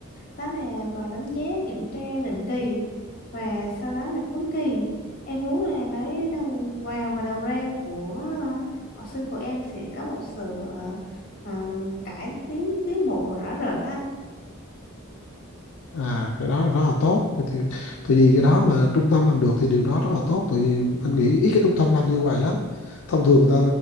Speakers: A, on the left (about 45°); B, on the left (about 60°).
A: đó là bài đánh giá kiểm tra định kỳ và sau đó là cuối kỳ em muốn là cái đầu vào và đầu ra của ờ, học sinh của em sẽ có một sự ờ, ờ, cải tiến tiến bộ rõ rệt đó anh
B: à cái đó là rất là tốt Vậy thì tại vì cái đó mà trung tâm làm được thì điều đó rất là tốt tại vì anh nghĩ ít cái trung tâm làm như vậy lắm thông thường người ta